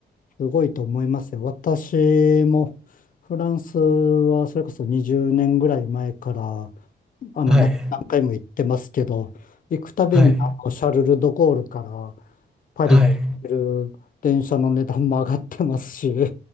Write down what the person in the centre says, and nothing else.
はい、
はい、
はい。